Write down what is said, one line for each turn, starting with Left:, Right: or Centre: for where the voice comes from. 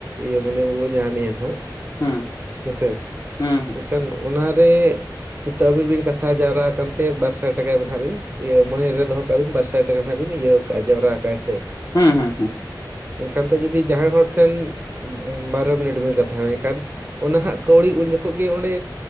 Right: ᱤᱭᱟᱹ ᱢᱟᱱᱮ ᱟᱵᱚᱵᱚ ᱧᱟᱢ ᱮᱭᱟ, ᱱᱟᱜ
Left: ᱦᱩᱸ
Right: ᱦᱮᱸᱥᱮ᱾
Left: ᱦᱩᱸ ᱦᱩᱸ᱾
Right: ᱮᱱᱠᱷᱟᱱ ᱚᱱᱟ ᱨᱮ ᱱᱤᱛᱚᱜ ᱟᱵᱤᱱ ᱵᱤᱱ ᱠᱟᱛᱷᱟ ᱡᱟᱣᱨᱟ ᱠᱟᱱᱛᱮ ᱵᱟᱨ ᱥᱟᱭ ᱴᱟᱠᱟ ᱱᱟᱜ ᱵᱤᱱ, ᱢᱚᱱᱮ ᱨᱮ ᱫᱚᱦᱚ ᱠᱟᱜ ᱵᱤᱱ ᱵᱟᱨ ᱥᱟᱭ ᱴᱟᱠᱟ ᱱᱟᱜ ᱵᱤᱱ ᱤᱭᱟᱹ ᱠᱟᱜᱼᱟ, ᱡᱟᱣᱨᱟᱠᱟᱜᱼᱟ ᱦᱮᱸᱥᱮ᱾
Left: ᱦᱩᱸ, ᱦᱩᱸ, ᱦᱩᱸ᱾
Right: ᱮᱱᱠᱷᱟᱱ ᱫᱚ ᱡᱩᱫᱤ ᱡᱟᱦᱟᱸᱭ ᱦᱚᱲ ᱴᱷᱮᱱ ᱵᱟᱨᱚ ᱢᱤᱱᱤᱴ ᱵᱤᱱ ᱠᱟᱛᱷᱟᱭ ᱮᱱᱟ ᱮᱠᱟᱞ ᱚᱱᱟ ᱦᱟᱸᱜ ᱠᱟᱹᱣᱲᱤ ᱩᱱ ᱡᱚᱠᱷᱚᱜ ᱜᱮ ᱚᱸᱰᱮ